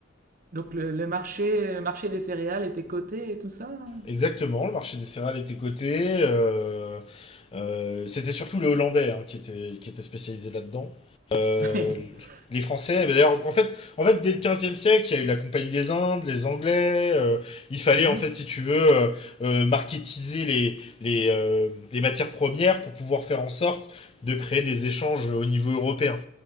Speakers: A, on the right; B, on the left.
A: donc le, le marché, euh, marché des céréales était coté et tout ça? hein
B: Exactement, le marché des céréales était coté. euh, euh, c'était surtout les Hollandais hein, qui étaient, qui étaient spécialisés là-dedans. Euh,
A: <laughs>
B: les Français, bah, d'ailleurs, en fait, en fait, dès le 15 siècle, il y a eu la Compagnie des Indes, les Anglais. euh, il fallait,
A: Mhm.
B: en fait, si tu veux, euh, euh, marketiser les, les, euh, les matières premières pour pouvoir faire en sorte de créer des échanges au niveau européen.